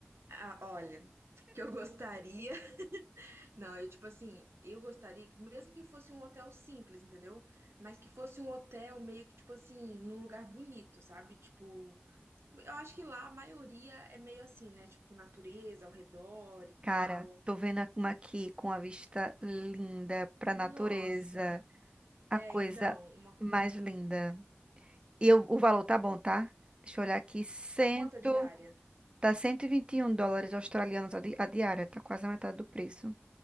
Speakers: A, on the right (about 80°); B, on the right (about 25°).
A: ah, olha, que eu gostaria... <laughs> Não, eu, tipo assim, eu gostaria, que mesmo que fosse um hotel simples, entendeu? Mas que fosse um hotel meio que, tipo assim, num lugar bonito, sabe? Tipo, Eu acho que lá a maioria é meio assim, né? Tipo, natureza ao redor e
B: Cara,
A: tal.
B: tô vendo uma aqui com a vista linda pra natureza.
A: Nossa,
B: A
A: é,
B: coisa
A: então, uma.
B: mais linda. E eu- o valor tá bom, tá? Deixa eu olhar aqui. Cento,
A: Tá quanto a diária?
B: tá 121 dólares australianos a, di- a diária. Tá quase a metade do preço.